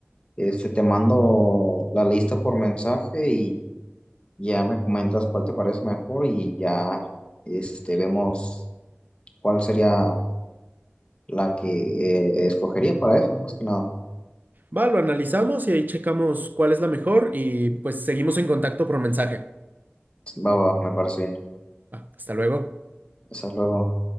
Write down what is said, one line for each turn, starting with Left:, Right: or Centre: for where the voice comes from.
Left: este, te mando la lista por mensaje y ya me comentas cuál te parece mejor y ya este, vemos cuál sería la que eh, escogería para eso, más que nada.
Right: Va, lo analizamos y ahí checamos cuál es la mejor y pues seguimos en contacto por mensaje.
Left: Va, va, me parece bien.
Right: Va, hasta luego.
Left: Hasta luego.